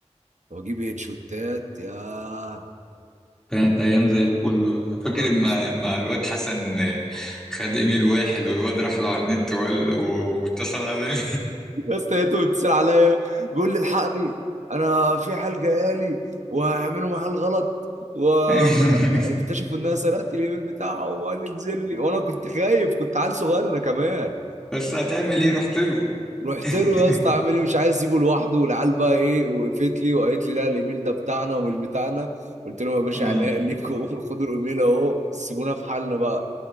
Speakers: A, on the right; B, in the centre.
A: وأجيب هيدشوتات يا اه
B: كانت ايام زي الفل والله فاكر
A: يا
B: اما
A: اسطى
B: اما الواد حسن خد ايميل واحد والواد راح له على النت وقال- واتصل على
A: يا اسطى لقيته بيتصل عليا بيقول لي الحقني انا في حال جايالي وهعملوا معاه الغلط واكتشفوا
B: <laughs>
A: انها سرقت الايميل بتاعه وقال لي انزل لي وانا كنت خايف كنت عيل صغير انا كمان
B: بس هتعمل ايه رحت له
A: رحت
B: <laughs>
A: له يا اسطى عامل ايه مش عايز اسيبه لوحده والعيال بقى ايه وقفت لي وقالت لي لا الايميل ده بتاعنا ومش بتاعنا قلت لهم يا باشا
B: اه
A: عناء ليكم <laughs> خدوا الايميل اهو سيبونا في حالنا بقى